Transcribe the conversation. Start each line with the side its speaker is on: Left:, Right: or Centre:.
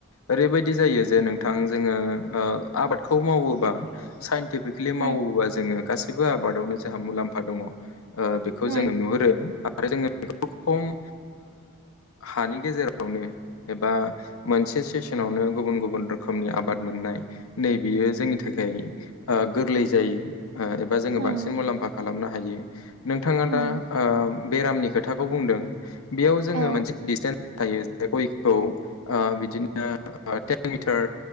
Left: ओरैबायदि जायो जे नोंथां जोङो आबादखौ मावोबा साइन्टिफिकेलि
Right: उम
Left: मावोबा जोङो गासैबो आबादावनो जोंहा मुलाम्फा दङ ओ बेखौ
Right: उम
Left: जोङो नुहुरो आरो जोङो बेखौ खम हानि गेजेरावनो एबा मोनसे सेसनावनो गुबुन गुबुन रोखोमनि आबाद मोननाय नै बियो जोंनि थाखाय ओ गोरलै जायो ओ एबा जोङो
Right: उम
Left: बांसिन मुलाम्फा खालामनो हायो नोंथाङा
Right: उम
Left: दा ओ बेरामनि खोथाखौ बुंदों बेयाव जोङो
Right: औ
Left: मोनसे सटेन्स थायो ज गयखौ ओ बिदिनो टेन मिटार